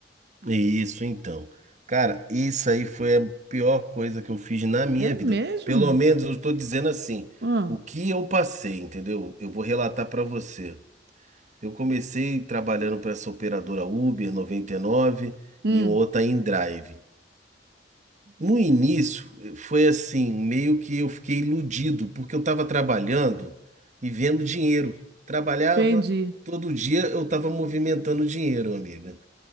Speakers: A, on the right (about 40°); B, on the right (about 65°).
A: né? Isso, então. Cara, isso aí foi a pior coisa que eu fiz na minha
B: É mesmo?
A: vida. Pelo menos eu estou dizendo assim,
B: Ah,
A: o que eu passei, entendeu? Eu vou relatar para você. Eu comecei trabalhando para essa operadora Uber 99 e nove
B: hum,
A: e outra em Drive. No início, eh, foi assim, meio que eu fiquei iludido, porque eu estava trabalhando e vendo dinheiro. Trabalhava,
B: entendi.
A: todo dia eu estava movimentando dinheiro, amiga.